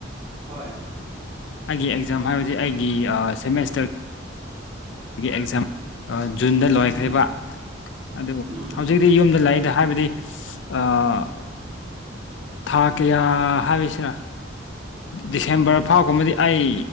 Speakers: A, on the right; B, on the left.
A: ꯍꯣꯏ
B: ꯑꯩꯒꯤ ꯑꯦꯛꯖꯥꯝ ꯍꯥꯏꯕꯁꯤ ꯑꯩꯒꯤ ꯁꯦꯃꯦꯁꯇꯔ ꯑꯩꯒꯤ ꯑꯦꯛꯖꯥꯝ ꯖꯨꯟꯗ ꯂꯣꯏꯈ꯭ꯔꯤꯕ
A: ꯎꯝ
B: ꯑꯗꯨ
A: ꯎꯝ
B: ꯍꯧꯖꯤꯛꯇꯤ ꯌꯨꯝꯗ ꯂꯩꯗ ꯍꯥꯏꯕꯗꯤ ꯑꯥ ꯊꯥ ꯀꯌꯥ ꯍꯥꯏꯔꯤꯁꯤꯔ ꯗꯤꯁꯦꯝꯕꯔ ꯐꯥꯎꯒꯨꯝꯕꯗꯤ ꯑꯩ